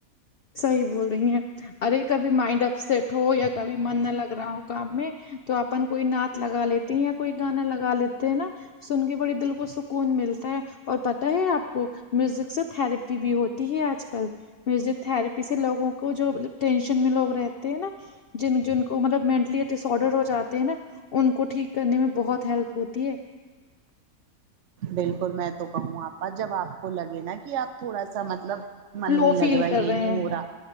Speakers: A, on the left; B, on the right.
A: صحیح بول رہی ہیں ارے کبھی مائنڈ اپ سٹ ہو یا کبھی من نہ لگ رہا ہو کام میں تو اپن کوئی نعت لگا لے یا کوئی گانا لگا لیتے ہے نا سن کے بڑی دل کو سکون ملتا ہے اور پتہ ہے آپ کو میوزک سے تھرپ ی بھی ہوتی ہے آج کل میوزک تھراپی سے لوگوں کو جو مطلب ٹینشن میں لوگ رہ تے ہے نا جن جن کو مطلب مینٹلی ڈس آڈر ہو جاتے ہیں نا ان کو ٹھیک کرنے میں بہت ہیلپ ہوتی ہے
B: بالکل میں تو کہوں آپا جب آپ کو لگے نا کہ آپ تھوڑا سا مطلب من
A: لو
B: نہیں
A: فیل
B: لگ رہا
A: کر
B: یہ
A: رہے
B: نہیں
A: ہیں
B: ہو رہا